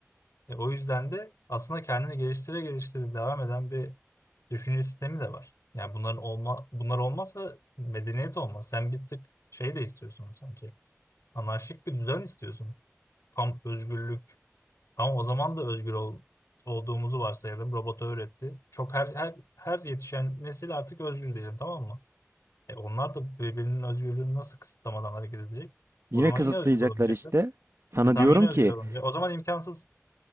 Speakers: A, on the left; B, on the right.
A: E, o yüzden de aslında kendini geliştire geliştire devam eden bir düşünce sistemi de var. Yani bunların olma bunlar olmazsa medeniyet olmaz. Sen bir tık şey de istiyorsun sanki. Anarşik bir düzen istiyorsun. Tam özgürlük. Tamam o zaman da özgür ol- olduğumuzu varsayalım. Robota öğretti. Çok her, her, her yetişen nesil artık özgür diyelim tamam mı? E onlar da birbirinin özgürlüğünü nasıl kısıtlamadan hareket edecek?
B: Yine
A: O zaman
B: kısıtlayacaklar
A: yine özgür olamayacaklar.
B: işte. Sana
A: E tamam
B: diyorum
A: yine özgür
B: ki
A: olamayacak. O zaman imkansız.